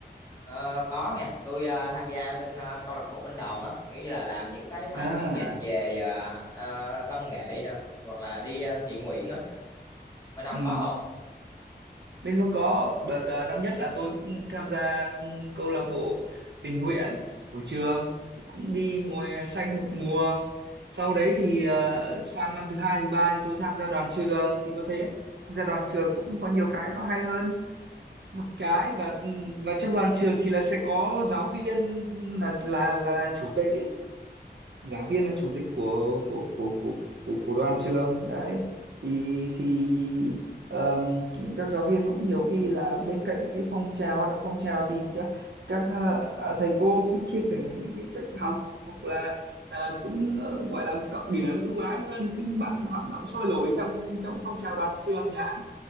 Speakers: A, on the left; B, on the right.
A: Ờ, có nha tôi ờ, tham gia bên ờ, câu lạc bộ bên đoàn á kiểu như là làm những cái mà
B: à
A: chương trình về ờ, ờ, văn nghệ nè hoặc là đi ờ, thiện nguyện á bên ông
B: ừ
A: có
B: Bên tôi có đợt ờ, năm nhất là tôi cũng tham gia ừm, câu lạc bộ tình nguyện của trường Thì cũng đi mùa hè xanh một mùa sau đấy thì ờ, sang năm thứ hai thứ ba thì tôi tham gia đoàn trường thì tôi thấy tham gia đoàn trường cũng có nhiều cái nó hay hơn một cái và ừm, và trong đoàn trường thì là sẽ có giáo viên ừm, là là là, là chủ tịch ý giảng viên là chủ tịch của của của của của, của đoàn trường đấy thì thì ờm, các giáo viên cũng nhiều khi là bên cạnh những cái phong trào hoạt động phong trào thì các các ờ, à, thầy cô cũng chia sẻ những cái cách học hoặc là ờ, cũng ờ, gọi là cộng điểm ưu ái hơn những bạn hoạt động sôi nổi trong trong phong trào đoàn trường chẳng hạn